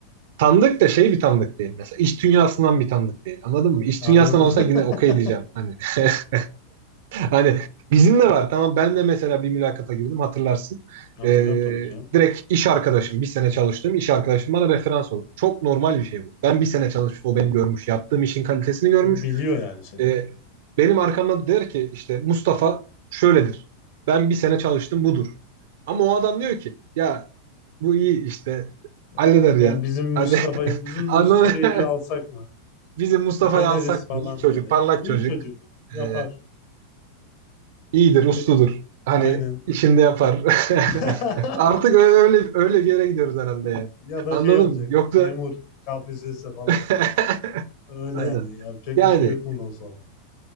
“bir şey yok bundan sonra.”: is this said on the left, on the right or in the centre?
Left